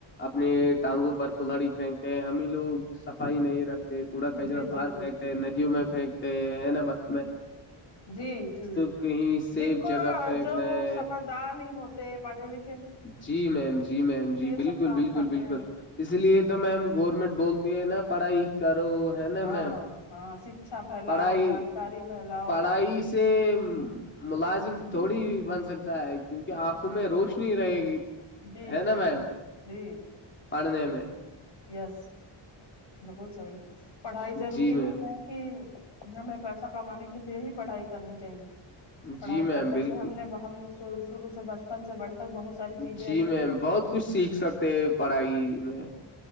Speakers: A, on the left; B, on the left.
A: اپنے ٹانگوں پر کولہڑی پھینکتے ہیں ہمیں لوگ صفائی نہیں رکھتے کوڑا کچڑا
B: جی
A: باہر
B: جی جی
A: پھینکتے ہیں ندیوں میں پھینکتے ہیں نا بھائی
B: جی جی
A: کہیں سیف
B: جن کو
A: جگہ پھینکنا
B: جو
A: ہے
B: وہ سمجھدار نہیں ہوتا پڑانی ل
A: جی میم جی میم جی بالکل
B: سب کام
A: بالکل
B: کرتے
A: بالکل
B: ہیں
A: اس لیے تو میم گورنمنٹ بولتے ہیں نا پڑھائی کرو ہے نا
B: ہاں
A: میم
B: ہاں شکچھا پھیلاؤ
A: پڑھائی
B: جانکاری پھیلاؤ
A: پڑھائی سے ملازم تھوڑی بن سکتا ہے کیونکہ آنکھوں میں روشنی ک رہے گی
B: جی
A: ہے نا
B: جی
A: میم
B: یس جی
A: پڑھنے میں
B: یس بالکل صحیح پڑھائی ضروری
A: جی میم
B: نہیں ہے کہ ہمیں پیسہ کمانے کے لیے ہی پڑھائی کرنی چاہیے پڑھائی
A: جی میم
B: کرنے
A: بالکل
B: سے ہم نے ہم شروع سے بچپن سے بڑھ تک بہت ساری چیزیں
A: جی
B: ایسی
A: میم بہت کچھ سیکھ سکتے ہیں پڑھائی میں